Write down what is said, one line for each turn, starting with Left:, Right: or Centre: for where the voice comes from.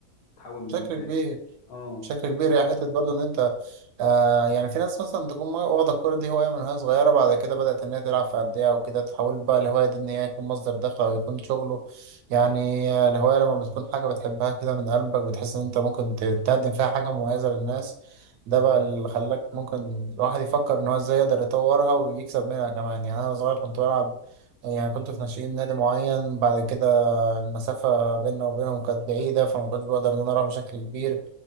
Left: تحاول
Right: بشكل
Left: ت-
Right: كبير
Left: اه
Right: بشكل كبير هي حتة برضه إن أنت آه يعني في ناس مثلا تكون واخدة الكورة دي هواية من وهي صغيرة بعد كده بدأت إن هي تلعب في أندية وكده تحول بقى الهواية دي إن هي يكون مصدر دخل أو يكون شغله يعني آه، الهواية لما بتكون حاجة بتحبها كده من قلبك بتحس إن أنت ممكن ت- تقدم فيها حاجة مميزة للناس ده بقى اللي خلاك ممكن الواحد يفكر إن هو إزاي يقدر يطورها ويكسب منها كمان يعني أنا صغير كنت بلعب يعني كنت في ناشئين نادي معين بعد كده المسافة بيننا وبينهم كانت بعيدة فما كنتش بقدر إن أنا أروح بشكل كبير